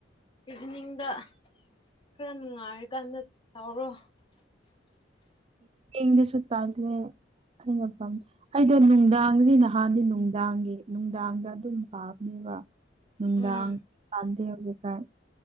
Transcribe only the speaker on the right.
ꯏꯤꯡꯂꯤꯁꯁꯨ ꯄꯥꯒꯂꯦ ꯑꯩꯅ ꯐꯝ ꯑꯩꯗ ꯅꯨꯡꯗꯥꯡꯗꯤ ꯅꯍꯥꯟꯗꯤ ꯅꯨꯡꯗꯥꯡꯒꯤ ꯅꯨꯡꯗꯥꯡꯗ ꯑꯗꯨꯝ ꯄꯥꯕꯅꯦꯕ ꯑꯗꯨꯒ ꯅꯨꯡꯗꯥꯡ
ꯄꯥꯟꯗꯦ ꯍꯧꯖꯤꯛꯀꯥꯟ